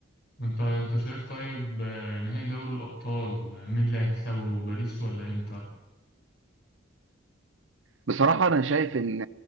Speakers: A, on the left (about 55°); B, on the right (about 75°).
A: أنت أنت شايف طيب آه، نهائي دوري الأبطال آه، مين اللي هيكسبه باريس ولا إنتر؟
B: بصراحة أنا شايف إن